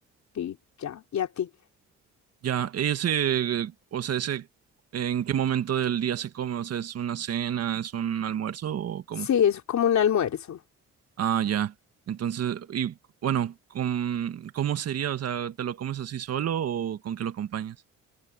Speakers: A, on the left; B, on the right.
A: y ya. ¿Y a ti?
B: Ya, ese, eh, o sea, ese, ¿en qué momento del día se come? O sea, ¿es una cena, es un almuerzo o cómo?
A: Sí, es como un almuerzo.
B: Ah, ya. Entonces, y bueno, ¿cómo, cómo sería? O sea, ¿te lo comes así solo o con qué lo acompañas?